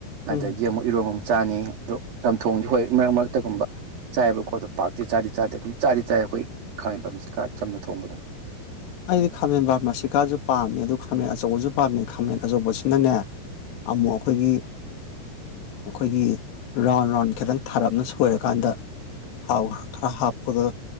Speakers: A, on the right; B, on the left.
A: ꯑꯗꯒꯤ
B: ꯎꯝ
A: ꯑꯃꯨꯛ ꯏꯔꯣꯝ ꯑꯃꯨ ꯆꯥꯅꯤ ꯑꯗꯣ ꯆꯝꯊꯣꯡꯗꯤ ꯍꯣꯏ ꯃꯔꯛ ꯃꯔꯛꯇꯒꯨꯝꯕ ꯆꯥꯏꯑꯕꯀꯣ ꯑꯗꯣ ꯄꯥꯛꯇꯤ ꯆꯥꯗꯤ ꯆꯥꯗꯦ ꯑꯗꯨꯝ ꯆꯥꯗꯤ ꯆꯥꯏ ꯑꯩꯈꯣꯏ ꯈꯥꯃ‌ꯦꯟꯐꯝꯁꯦ ꯈꯥ ꯆꯝꯅ ꯊꯣꯡꯕ ꯑꯗꯨꯝ
B: ꯑꯩꯗꯤ ꯈꯥꯃꯦꯟ ꯕꯔꯃꯥꯁꯤꯀꯥꯁꯨ ꯄꯥꯝꯃꯦ ꯑꯗꯨ ꯈꯥꯃꯦꯟ ꯑꯆꯧꯕꯁꯨ ꯄꯥꯝꯃꯦ ꯈꯥꯃꯦꯟ ꯑꯆꯧꯕꯁꯤꯅꯅꯦ ꯑꯃꯨꯛ ꯑꯩꯈꯣꯏꯒꯤ ꯑꯩꯈꯣꯏꯒꯤ ꯔꯥꯎꯟ ꯔꯥꯎꯟ ꯈꯤꯇꯪ ꯊꯥꯔꯞꯅ ꯁꯣꯏꯔꯀꯥꯟꯗ ꯊꯥꯎ ꯈꯔ ꯈꯔ ꯍꯥꯞꯄꯒ